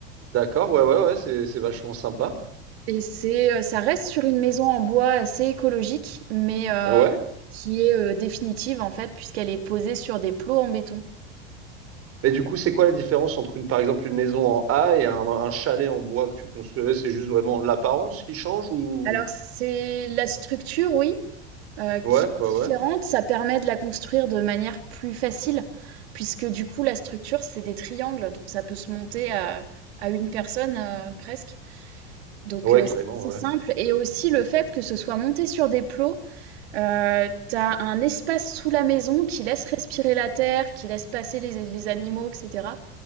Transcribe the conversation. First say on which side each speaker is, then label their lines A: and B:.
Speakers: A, on the right; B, on the right.
A: D'accord, ouais, ouais, ouais, c'est, c'est vachement sympa.
B: Et c'est, euh, ça reste sur une maison en bois assez écologique, mais euh,
A: Ouais.
B: qui est euh, définitive en fait, puisqu'elle est posée sur des plots en béton.
A: Mais du coup, c'est quoi la différence entre une, par exemple, une maison en A et un, un chalet en bois que tu construirais? C'est juste vraiment l'apparence qui change ou?
B: Alors c'est la structure, oui, euh,
A: Ouais,
B: qui est
A: ouais, ouais.
B: différente. Ça permet de la construire de manière plus facile, puisque du coup la structure c'est des triangles, donc ça peut se monter à, à une personne euh, presque. Donc
A: Ouais,
B: euh,
A: carrément,
B: c'est
A: ouais.
B: simple. Et aussi le fait que ce soit monté sur des plots, euh, t'as un espace sous la maison qui laisse respirer la terre, qui laisse passer les, les animaux, etc.